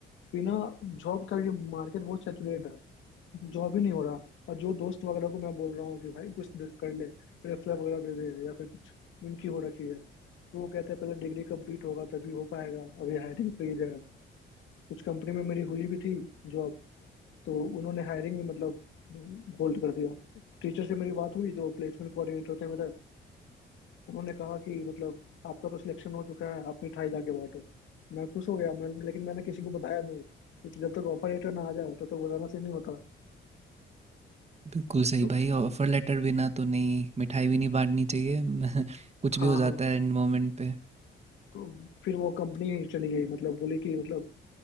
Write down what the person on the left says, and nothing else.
बिना जॉब का ये मार्केट बहुत सैचुरेट है जॉब ही नहीं हो रहा और जो दोस्त वगैरह को मैं बोल रहा हूँ कि भाई कुछ दे- कर ले रेफरल वगैरह दे दे या फिर कुछ इनकी हो रखी है तो वो कहते हैं पहले डिग्री कंप्लीट होगा तभी हो पाएगा अभी हायरिंग फ्रीज है कुछ कंपनी में मेरी हुई भी थी जॉब तो उन्होंने हायरिंग ही मतलब होल्ड कर दिया टीचर से मेरी बात हुई जो प्लेसमेंट कोऑर्डिनेटर थे मेरे उन्होंने कहा कि मतलब आपका तो सिलेक्शन हो चुका है आप मिठाई जाके बांटो मैं खुश हो गया मैं लेकिन मैंने किसी को बताया नहीं क्योंकि जब तक ऑफर लेटर ना आ जाए तब तक बताना सही नहीं होता
तो
हाँ
हाँ
तो फिर वो कंपनी ही चली गई मतलब बोली कि मतलब